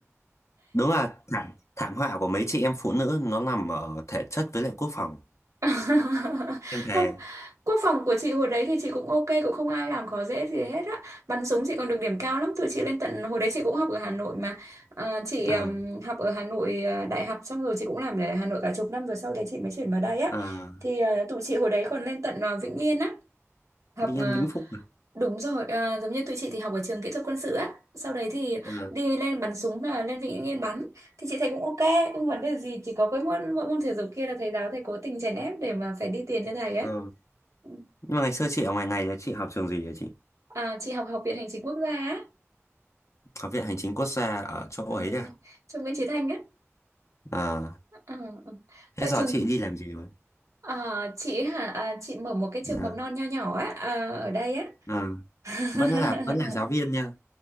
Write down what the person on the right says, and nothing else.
<laughs>
không quốc phòng của chị hồi đấy thì chị cũng ok cũng không ai làm khó dễ gì hết á bắn súng chị còn được điểm cao lắm tụi chị lên tận hồi đấy chị cũng học ở Hà Nội mà à, chị
ừm, học ở Hà Nội à, đại học xong rồi chị cũng làm ở Hà Nội cả chục năm rồi sau đấy chị mới chuyển vào đây á
thì à, tụi chị hồi đấy còn lên tận à, Vĩnh Yên á học
à,
đúng rồi à, giống như tụi chị thì học ở trường kỹ thuật quân sự á sau đấy thì
đi lên bắn súng là lên Vĩnh Yên bắn thì chị thấy cũng ok không vấn đề gì chỉ có cái môn mỗi môn thể dục kia là thầy giáo thầy cố tình chèn ép để mà phải đi tiền cho thầy á
Ừ.
à, chị học học viện hành chính quốc gia á
ừ.
trường Nguyễn Chí Thanh á
ừ. ừ. ở
trường
à, chị hả à, chị mở một cái trường
mầm non nho nhỏ á à, ở đây á
<laughs>